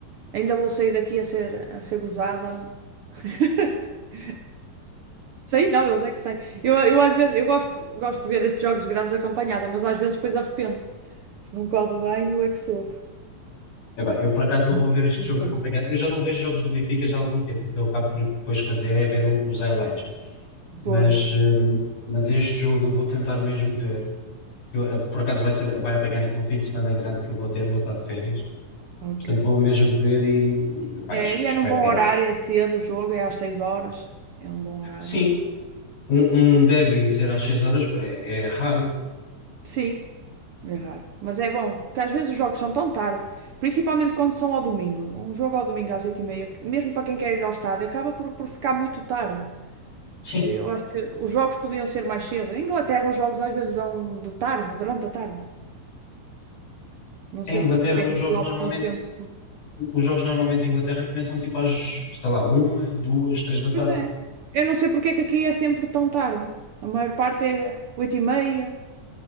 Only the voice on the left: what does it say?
Epá, eu por acaso não
vou ver este
jogo
acompanhado. Eu já não vejo jogos do Benfica já há algum tempo. O que eu acabo por depois fazer é ver o- os highlights. Mas,
eh, mas este jogo eu vou tentar mesmo ver. Eu, eh, por acaso vai ser, vai apanhar aqui um fim de semana grande que eu vou ter, vou estar de férias.
Portanto, vou mesmo ver e, e pá,
e es-
e espero
que
ganhemos.
Sim, um, um derby ser às 6 horas é, é raro.
Sim,
em
Inglaterra
os
jogos
normalmente,
os jogos normalmente em Inglaterra começam tipo às, sei lá, uma, duas, três da tarde.